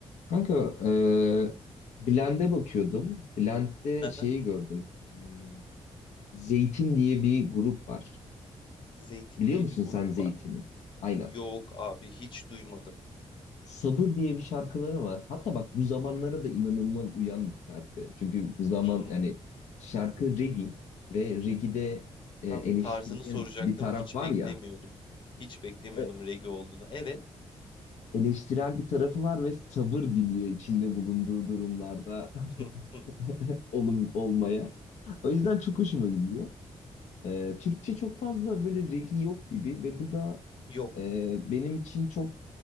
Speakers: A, on the left (about 80°); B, on the left (about 45°).
A: Kanka e, Blend'e bakıyordum. Blend'de
B: Hı
A: şeyi
B: hı.
A: gördüm. Hmm, Zeytin diye bir grup var.
B: Zeytin
A: Biliyor
B: diye
A: musun
B: bir grup
A: sen Zeytin'i?
B: var.
A: Aynen.
B: Yok abi hiç duymadım.
A: Sabır diye bir şarkıları var. Hatta bak bu zamanlara
B: Hı hı.
A: da inanılmaz uyan bir şarkı. Çünkü bu zaman
B: hı.
A: yani şarkı reggae ve reggae'de e,
B: Tam
A: eleştirel
B: tarzını soracaktım.
A: bir taraf
B: Hiç
A: var
B: beklemiyordum.
A: ya.
B: Hiç beklemiyordum
A: E,
B: reggae olduğunu. Evet.
A: Eleştirel bir tarafı var ve sabır diliyor içinde bulunduğu durumlarda
B: Hı hı.
A: <laughs> olum olmaya. O yüzden çok hoşuma gidiyor. Ee, Türkçe çok fazla böyle regi yok gibi ve bu da
B: Yok.
A: e, benim için çok